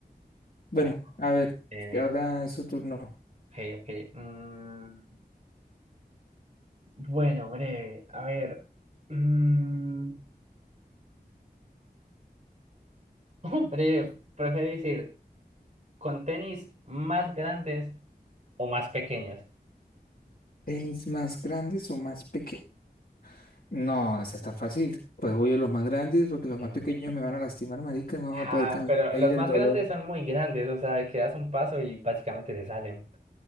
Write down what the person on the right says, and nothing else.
Ya.
Breve.
Ok, ok. Mm, Bueno, breve. A ver. mm, <laughs> hombre, prefiero decir, con tenis más grandes o más pequeños.
Mm.
Ajá,
pero
los
más
grandes son muy grandes, o sea, de que das un paso y básicamente se salen.